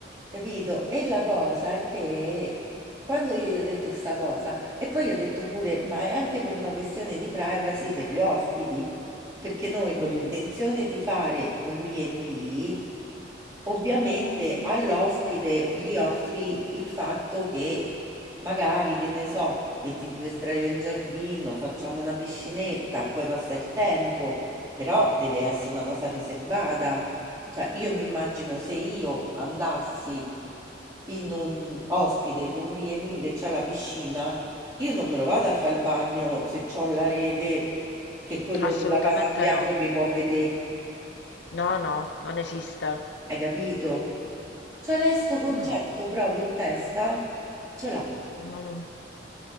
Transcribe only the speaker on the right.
capito? E la cosa è che quando io gli ho detto sta cosa, e poi gli ho detto pure, ma è anche per una questione di privacy per gli ospiti, perché noi con
l'intenzione di fare un B&B, ovviamente
all'ospite
gli
offri
il fatto che magari, che ne so, metti due sdraio in giardino, facciamo una piscinetta, poi passa il tempo, però deve essere una cosa riservata. Cioè, io mi immagino se io andassi in un ospite, in un B&B che c'ha la piscina, io non me lo vado a fare il bagno se c'ho la rete che quello
della casa a fianco
mi può vedere.
Hai capito? Cioè, lei sto concetto
proprio in testa ce l'ha,